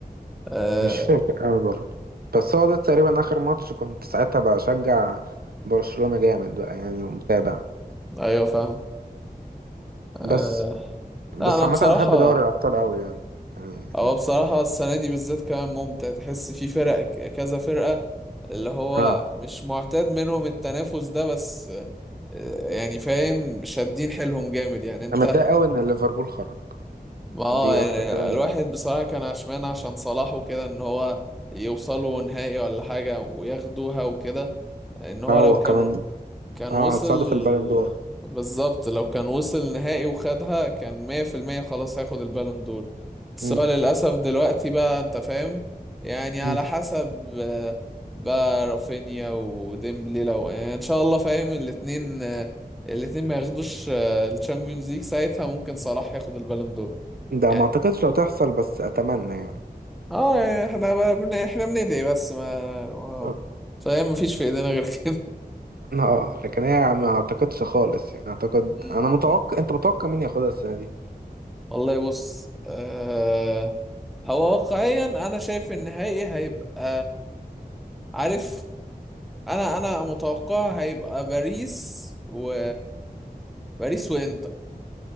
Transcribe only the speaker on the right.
مش فاكر قوي برضه بس هو ده تقريبا آخر ماتش كنت ساعتها بشجع برشلونة جامد بقى يعني ومتابع
بس
بس
عامة
أنا بحب دوري الأبطال قوي يعني يعني
اه
أنا متضايق قوي إن ليفربول خرج
دي
أكتر حاجة يعني.
اه
وكمان
اه
هتساعده في البالون دور
مم.
مم.
ده
ما أعتقدش هتحصل بس أتمنى يعني
بالظبط.
اه لكن هي ما أعتقدش خالص يعني أعتقد
أنا متوقع أنت متوقع مين ياخدها السنة دي؟